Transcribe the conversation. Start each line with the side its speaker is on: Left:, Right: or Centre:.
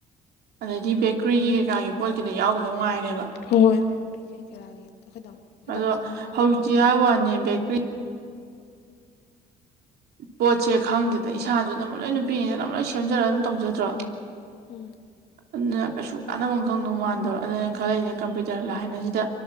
Right: ꯑꯗꯩꯗꯤ ꯕꯦꯀꯔꯤꯒꯤ ꯀꯩꯀꯥꯒꯤ ꯄꯣꯠ ꯀꯤꯗ ꯌꯥꯎꯒꯤꯗꯧ ꯉꯥꯏꯔꯦꯕ
Left: ꯍꯣꯏ ꯍꯣꯏ ꯕꯦꯀꯔꯤ ꯀꯩ ꯀꯔꯥꯒꯤ ꯑꯩꯈꯣꯏ ꯗꯥ ꯑꯩꯈꯣꯏ
Right: ꯑꯗꯣ
Left: ꯗꯥꯅꯁꯨ ꯑꯗꯨꯃꯥꯏ ꯍꯥꯏꯔꯝꯕꯅꯦꯕ
Right: ꯍꯧꯖꯤꯛꯇꯤ ꯍꯥꯏꯕꯩ ꯋꯥꯅꯤ ꯕꯦꯀꯔꯤ ꯄꯣꯠꯁꯦ ꯈꯪꯗꯦꯗ ꯏꯁꯥꯅꯁꯨ ꯑꯅꯝ ꯂꯣꯏ ꯅꯨꯄꯤꯁꯤꯡꯅ ꯂꯣꯏ ꯁꯦꯝꯖꯔꯒ ꯑꯗꯨꯝ ꯇꯧꯖꯗ꯭ꯔꯣ
Left: ꯎꯝ
Right: ꯑꯗꯨꯅ ꯀꯩꯁꯨ ꯀꯥꯟꯅꯕꯝ ꯈꯪꯗꯧ ꯃꯥꯟꯗꯕ ꯑꯗꯨꯅ ꯈꯜꯂꯛꯏꯁ‌ꯦ ꯀꯝꯄꯨꯇꯔ ꯇꯔ ꯂꯥꯢꯟ ꯁꯤꯗ